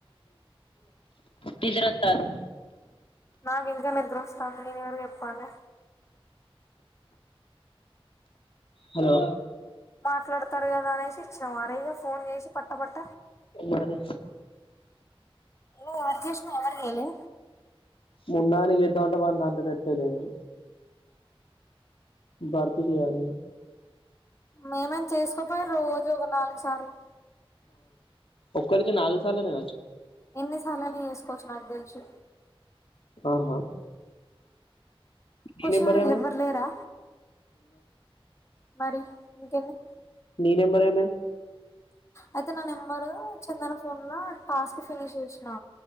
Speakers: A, on the left; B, on the left.
A: నిద్రవాతంది.
B: నాకు ఇంకా నిద్ర వస్తాంది, నేను ఎవరికి చెప్పాలి,
A: హలో
B: మాట్లాడతారు కదా అనేసి ఇచేవార ఇక ఫోన్ చేసి పట్ట, పట్ట
A: మరి
B: నువ్వు ఎవరికి చేసినవ్ ఎవరికి చెయ్యలే,
A: మున్నా గానికి చేద్దాం, అంటే వాని దంట్లో నెట్ ఏ లేదు, భారత్ కి చేయాలే,
B: మీము చేసుకోపోయారు, రోజు ఒక నాలుగు సార్లు,
A: ఒక్కలికి నాలుగు సార్లనే
B: ఎన్నిసార్ల అన్న చేస్కోవచ్చు, నాకు తెలిసి
A: ఆహా నీ
B: కుషు
A: నెంబర్ ఏమే
B: ఎవ్వర్లేరా మరి ఇంకెన్ని
A: ని నెంబర్ ఏమైంది,
B: అయితే నా నెంబర్ చందన ఫోన్ లో టాస్క్ ఫినిష్ చేసినా,